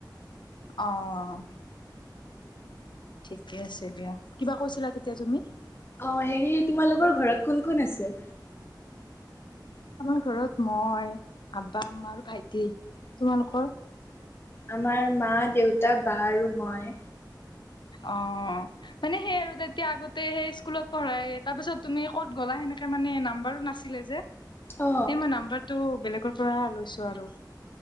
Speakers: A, on the left; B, on the left.
A: অ', ঠিকে আছে দিয়া কিবা কৈছিলা তেতিয়া তুমি।
B: অ' হেৰি তোমালোকৰ ঘৰত কোন কোন আছে
A: আমাৰ ঘৰত মই, আবা, আমা আৰু ভাইটি। তোমালোকৰ?
B: আমাৰ মা দেউতা বা আৰু মই
A: অ', মানে সেই আৰু তেতিয়া আগতে সেই স্কুলত পঢ়াই তাৰ পিছত তুমি ক'ত গ'লা সেনে হেণেকা মানে নাম্বাৰো নাছিলে যে
B: অ
A: এই মই নাম্বাৰটো বেলেগৰ পৰা লৈছো আৰু।